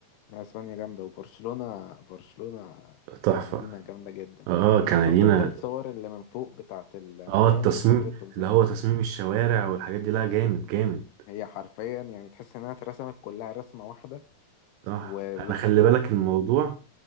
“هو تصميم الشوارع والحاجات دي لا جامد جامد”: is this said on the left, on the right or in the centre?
Right